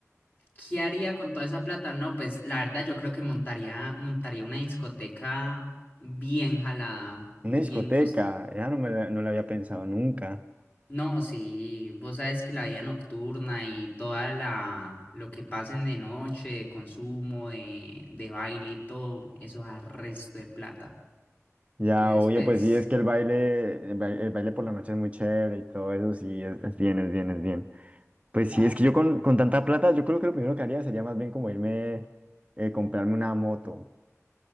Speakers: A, on the left; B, on the right.
A: ¿qué haría con toda esa plata? No, pues la verdad yo creo que montaría, montaría una discoteca bien jalada, bien
B: Una discoteca,
A: costosa.
B: ya no me la, no
A: sí.
B: la había pensado nunca.
A: No, sí, vos sabes que la vida nocturna y toda la, lo que pasen de noche, de consumo, de, de baile y todo, eso da resto de plata.
B: Ya,
A: Entonces,
B: oye,
A: pues...
B: pues sí,
A: sí,
B: es que el baile, el baile, el baile por la noche es muy chévere y todo eso, sí, es, es bien, es bien, es bien. Pues
A: Claro,
B: sí, es que yo con, con tanta plata, yo creo que lo primero que haría sería más bien como irme, eh, comprarme una moto,